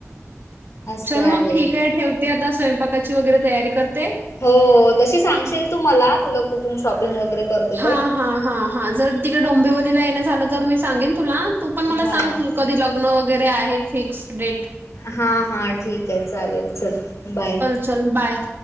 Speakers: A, on the left; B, on the right.
A: असं
B: चल
A: आहे.
B: मग ठीकं हाय ठेव ते आता स्वयंपाकाची वगैरे तयारी करते.
A: हो तशी सांगशील तू मला तुला कुठून शॉपिंग वगैरे करते
B: हा
A: तर.
B: हा हा हा जर तिकडे डोंबिवलीला येणं झालं तर मी सांगेन तुला तू पण मला
A: हा
B: सांग कधी लग्न वगैरे आहेत फिक्स. डेट.
A: हा हा ठीकाय चालेल चलं बाय.
B: चलं बाय.